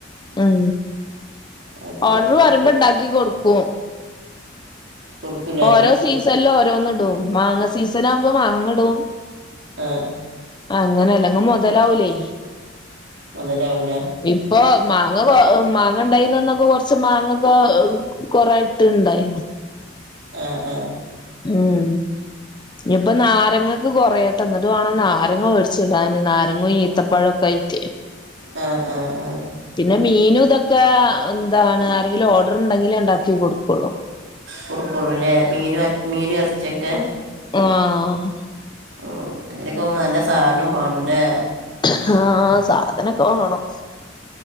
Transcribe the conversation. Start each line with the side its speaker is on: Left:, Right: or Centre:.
Left: ഉം
Right: അത് ശരി
Left: ഓർഡർ വരുമ്പോ ഇണ്ടാക്കി കൊടുക്കും
Right: കുറുക്കൂലേ
Left: ഓരോ സീസണിലും ഓരോന്ന് ഇടും മാങ്ങ സീസൺ ആവുമ്പോ മാങ്ങ ഇടും
Right: ആഹ്
Left: അങ്ങനെ അല്ലെങ് മുതലാവൂലേ
Right: മുതലാവുല്ല
Left: ഇപ്പൊ മാങ്ങ മാങ്ങ ഉണ്ടായിന്നന്നൊക്കെ കുറച്ച് മാങ്ങൊക്കെ കൊറെ ഇട്ട് ഇണ്ടായി
Right: ആഹ് ആഹ്
Left: ഉം ഇനിപ്പൊ നാരങ്ങക്ക് കൊറയട്ടെ എന്ന്ട്ട് വേണം നാരങ്ങ മേ ച്ചിടാന് നാരങ്ങും ഈത്തപ്പഴൊക്കെ ആയിട്ട്
Right: ആഹ് ആഹ് ആഹ്
Left: പിന്നെ മീനും ഇതൊക്കെ എന്താണ് ആരെങ്കിലും ഓർഡർ ഉണ്ടെങ്കിലേ ഇണ്ടാക്കി കൊടുക്കുള്ളൂ
Right: കൊടുക്കുള്ളൂല്ലേ മീന മീനും ഇറച്ചൊക്കെ
Left: ആഹ്
Right: ഉം അനക്കെ നല്ല സാനം വേണല്ലേ
Left: ആഹ് സാധനൊക്കെ വാണം